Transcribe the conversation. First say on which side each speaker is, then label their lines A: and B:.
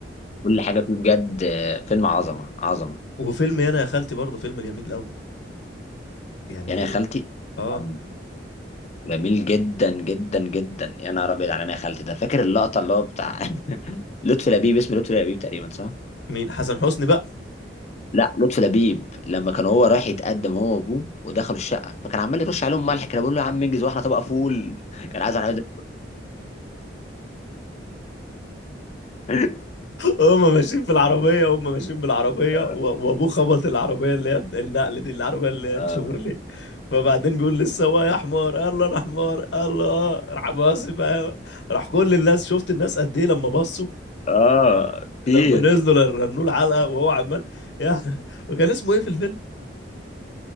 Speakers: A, on the left; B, on the left.
A: كل حاجه فيه بجد آه، فيلم عظمه عظمه
B: وفيلم يانا يا خالتي برضه فيلم جميل قوي يعني
A: يعني يا خالتي
B: اه
A: كان جميل جدا جدا جدا يا نهار ابيض على انا يا خالتي ده فاكر اللقطه اللي هو بتاع <laughs> لطفي لبيب اسمه لطفي لبيب تقريبا صح
B: مين حسن حسني بقى
A: لا لطفي لبيب لما كان هو رايح يتقدم هو وابوه ودخلوا الشقه فكان عمال يرش عليهم ملح كده بيقول له يا عم انجز واحنا طبق فول <laughs> كان عايز انا عايز <laughs>
B: هم ماشيين في العربية هم ماشيين بالعربية
A: اه
B: و- وابوه خبط العربية اللي هي النقل دي العربية اللي هي
A: اه
B: الشوفرليه فبعدين بيقول للسواق يا حمار قال له انا حمار قال له اه راح باصي بقى راح كل الناس شفت الناس قد ايه لما بصوا
A: آه،
B: لما
A: كتير
B: نزلوا ل- رنوا العلقة وهو عمال يا <laughs> وكان اسمه ايه في الفيلم؟